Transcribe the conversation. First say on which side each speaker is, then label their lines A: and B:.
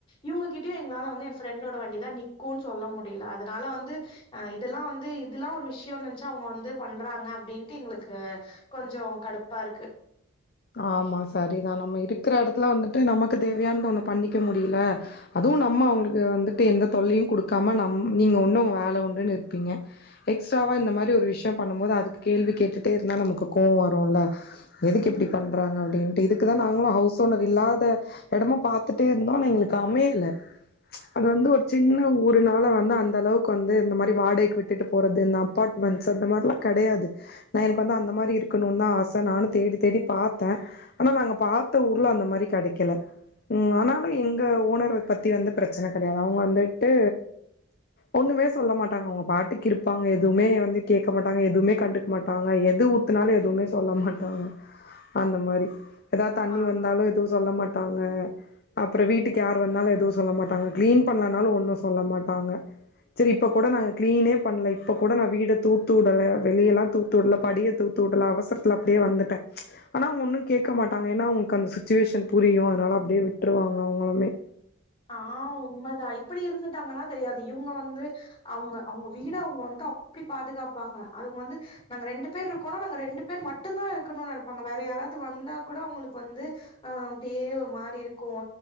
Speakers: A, on the left; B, on the left.
A: இவுங்ககிட்டியு எங்ளால வந்து எ ஃப்ரெண்டோட வண்டிதா நிக்குன் சொல்ல முடியில அதனால வந்து அ இதெல்லா வந்து இதுல்லா ஒரு விஷ்யோன் நென்ச்சா அவுங்க வந்து பண்றாங்க அப்டின்ட்டு எங்களுக்கு கொஞ்சம் கடுப்பா இருக்கு
B: ஆமா சரிதான் நம்ம இருக்கிற இடத்துல வந்துட்டு நமக்கு தேவையான ஒண்ண பண்ணிக்க முடில அதுவும் நம்ம அவங்களுக்கு வந்துட்டு எந்த தொல்லையும் குடுக்காம நம் நீங்க ஒண்ணு உங்க வேலை உண்டுன்னு இருப்பீங்க எக்ஸ்ட்ராவா இந்த மாரி ஒரு விஷயம் பண்ணும் போது அதுக்கு கேள்வி கேட்டுட்டே இருந்தா நமக்கு கோவோ வரும்ல்ல எதுக்கு
A: ம்
B: இப்டி பண்றாங்க அப்டின்ட்டு இதுக்கு தான் நாங்களும் ஹவுஸ் ஓனர் இல்லாத இடமா பாத்துட்டே இருந்தோம் எங்களுக்கு அமையல அது வந்து ஒரு சின்ன ஒரு நாள வந்து அந்த அளவுக்கு வந்து இந்த மாரி வாடகைக்கு விட்டுட்டு போறது நா அப்பார்ட்மெண்ட்ஸ் அந்த மார்லாம் கிடையது நா எனக்கு வந்து அந்த மாரி இருக்கணும்னு தான் ஆச நானும் தேடி தேடி பாத்தேன் ஆனா நாங்க பாத்த ஊர்ல அந்த மாரி கிடைக்கல ம் ஆனாலும் எங்க ஓனர பத்தி வந்து பிரச்சனை கிடையாது அவுங்க வந்துட்டு ஒண்ணுமே சொல்ல மாட்டாங்க அவங்க பாட்டுக்கு இருப்பாங்க எதுவுமே வந்து கேட்க மாட்டாங்க எதுவுமே கண்டு க்க மாட்டாங்க எது ஊத்துனாலும் எதுவுமே சொல்ல மாட்டாங்க அந்த மாறி ஏதாவது தண்ணி
A: ஆ
B: வந்தாலும் எதுவும் சொல்ல மாட்டாங்க அப்பற வீட்டுக்கு யாரு வந்தாலும் எதுவும் சொல்ல மாட்டாங்க கிளீன் பண்ணலனாலும் ஒண்ணும் சொல்ல மாட்டாங்க சேரி இப்ப கூட நாங்க கிளீனே பண்ணல இப்ப கூட நான் வீட தூத்து விடல வெளிய எல்லா தூத்து விடல படிய தூத்து விடல அவசரத்துல அப்டியே வந்துட்டேன் ஆனா அவுங்க ஒன்னும் கேட்க மாட்டாங்க ஏன்னா அவங்களுக்கு அந்த சுச்சுவேஷன் புரியும் அதனால அப்டியே விட்டுருவாங்க அவுங்களுமே
A: ஆ உண்மதான் இப்டி இருந்துட்டாங்கன்னா தெரியாது இவங்க வந்து அவுங்க அவுங்க வீட அவங்க வந்து அப்டி பாதுகாப்பாங்க அவுங்க வந்து நாங்க ரெண்டு பேர் இருக்கோனா நாங்க ரெண்டு பேர் மட்டும்தான் இருக்கணும்னு நினைப்பாங்க வேற யாராவது வந்தா கூட அவுங்களுக்கு வந்து அ அப்டியே ஒரு மாரி இருக்கும்